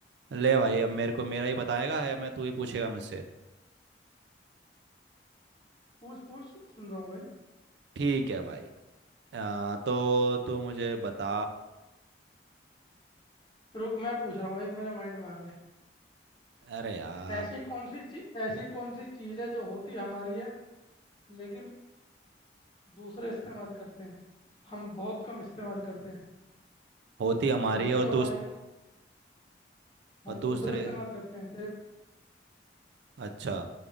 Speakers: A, on the right; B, on the left.
A: ले भाई अब मेरे को मेरा ही बताएगा या मैं तू ही पूछेगा मुझसे
B: पूछ पूछ सुन रहा हूँ भाई
A: ठीक है भाई आ, तो तू मुझे बता
B: रुक मैं पूछ रहा हूँ एक मेरे माइंड में आ रहा है
A: अरे यार
B: ऐसी कौन सी चीज ऐसी कौन सी चीज है जो होती हमारी है लेकिन दूसरे इस्तेमाल करते हैं हम बहुत कम इस्तेमाल करते हैं
A: होती हमारी
B: होती
A: है और
B: वो
A: दूस
B: हमारी है,
A: और
B: हाँ,
A: दूसरे
B: दूसरा इस्तेमाल करते हैं तेरे
A: अच्छा